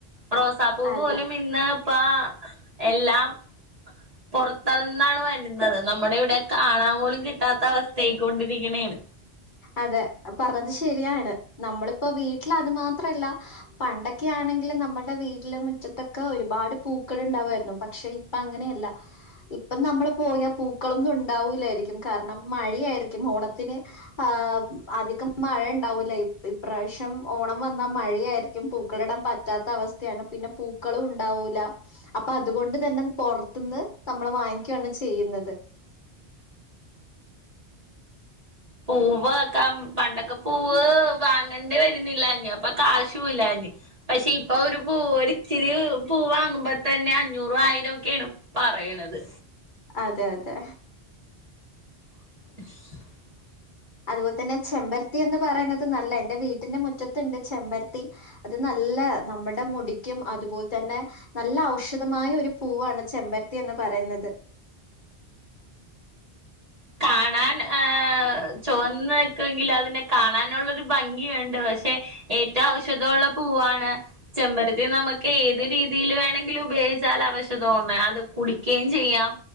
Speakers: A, on the right; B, on the left.
A: റോസാപ്പൂവ് പോലും
B: അതെ
A: ഇന്ന് ഇപ്പ എല്ലാം പുറത്തന്നാണ് വ രുന്നത് നമ്മുടെ ഇവിടെ കാണാൻ പോലും കിട്ടാത്ത അവസ്ഥയായിക്ക കൊണ്ടിരിക്കണാണ്
B: അതെ ആഹ് പറഞ്ഞത് ശരിയാണ് നമ്മളിപ്പോ വീട്ടിൽ അത് മാത്രല്ല പണ്ടൊക്കെ ആണെങ്കിൽ നമ്മളുടെ വീട്ടില മുറ്റത്തൊക്കെ ഒരുപാട് പൂക്കൾ ഉണ്ടാവുമായിരുന്നു പക്ഷെ ഇപ്പ അങ്ങനെയല്ല ഇപ്പം നമ്മള് പോയാൽ പൂക്കളൊന്നും ഉണ്ടാവൂില്ലായിരിക്കും കാരണം മഴയായിരിക്കും ഓണത്തിന് ആഹ് അധികം മഴ ഉണ്ടാവൂല ഇപ്രാവശ്യം ഓണം വന്നാ മഴയായിരി രിക്കും പൂക്കള ഇടാൻ പറ്റാത്ത അവസ്ഥയാണ് പിന്നെ പൂക്കളും ഉണ്ടാവൂല. അപ്പൊ അതുകൊണ്ട് തന്നെ പുറത്തുന്ന് നമ്മളെ വാങ്ങിക്കുവയാണ് ചെയ്യുന്നത്.
A: പൂവ്ക്ക പണ്ടൊക്കെ പൂവ് വാങ്ങേണ്ടി വരുന്നില്ല അപ്പൊ കാശുവല്ലഞ്. പക്ഷെ ഇപ്പൊ ഒരു പൂവ ഇച്ചിരി പൂ വാങ്ങുമ്പോ തന്നെ അഞ്ഞൂറ ആയിരം ഒക്കെയ ആണ് പറയണത്
B: അതെ അതെ
A: <unintelligible>
B: അതുപോലെ തന്നെ ചെമ്പരത്തി എന്ന് പറയുന്നത് നല്ല എന്റെ വീട്ടിന്റെ മുറ്റത്തുണ്ട് ചെമ്പരത്തി അത് നല്ല നമ്മുടെ മുടിക്കും അതുപോലെ തന്നെ നല്ല ഔഷധമായ ഒരു പൂവാണ് ചെമ്പരത്തി എന്ന് പറയുന്നത്.
A: കാണാൻ ഹ ചോന്ന നിക്കുവെങ്കിൽ അതിനെ കാണാനുള്ളൊരു ഭംഗിയുണ്ട് പക്ഷെ ഏറ്റവും ഔഷധമുള്ള പൂവാണ് ചെമ്പരത്തി നമുക്ക് ഏത് രീതിയിൽ വേണങ്കിലും ഉപയോഗിച്ചാൽ അവശധോണ്ട് അത് കുടിക്കുകയും ചെയ്യാം